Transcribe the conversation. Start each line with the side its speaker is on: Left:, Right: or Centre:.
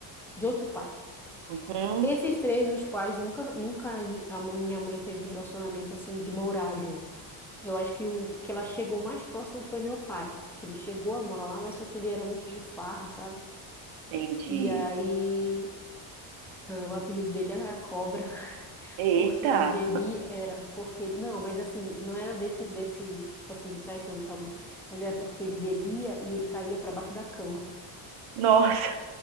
Centre: de outro pai.
Right: uhum,
Centre: Esses três, os pais nunca, nunca a minha mãe teve relacionamento assim de morar junto. Eu acho que o que ela chegou mais próximo foi meu pai, que ele chegou a morar lá, mas só que ele era muito de farra, sabe?
Right: entendi.
Centre: E aí, eh, o apelido dele era Cobra, <laughs>
Right: Eita,
Centre: porque ele bebia, era porque, não, mas assim, não era desse, desse, tipo assim, de traição e tal, ma- mas era porque ele bebia e ele caía pra baixo da cama.
Right: nossa,